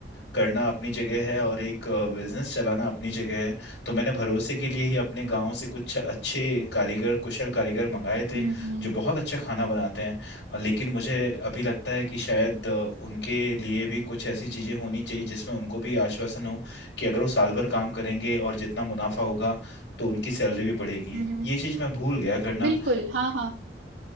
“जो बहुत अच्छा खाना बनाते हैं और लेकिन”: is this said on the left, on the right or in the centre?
Left